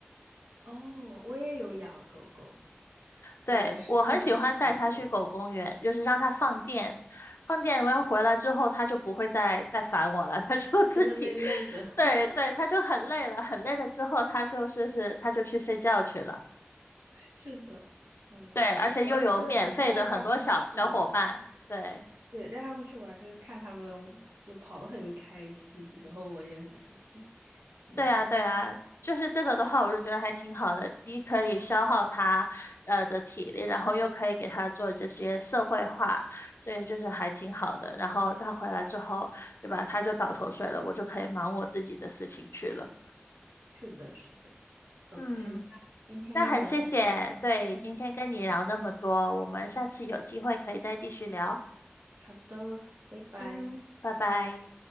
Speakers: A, on the right; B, on the left.
A: 哦，我也有养狗狗，
B: 对，
A: 我是比熊，
B: 我很喜欢带它去狗公园，就是让它放电，放电，
A: 是，
B: 我要回来之后，它就不会再再烦我了，<laughs> 它就自己，
A: 它就累累的。
B: <laughs> 对对，
A: <laughs>
B: 它就很累了，很累了之后，它就是是它就去睡觉去了，
A: 是的，嗯，
B: 对，而且又有免费的很多小小伙伴，
A: 呃主要是带他们去玩，
B: 对。
A: 对，带他们去玩，就是看他们就跑得很开心，然后我也很开心，就那种。
B: 对啊，对啊，就是这个的话，我就觉得还挺好的，一可以消耗他呃的体力，然后又可以给他做这些社会化，所以就是还挺好的。然后他回来之后，对吧？他就倒头睡了，我就可以忙我自己的事情去了。
A: 是的，是的。OK，
B: 嗯，
A: 那今天跟你聊很开心。
B: 那很谢谢，对，
A: 嗯
B: 今天跟你聊那么多，我们下次有机会可以再继续聊。
A: 好的，拜拜。
B: 嗯，拜拜。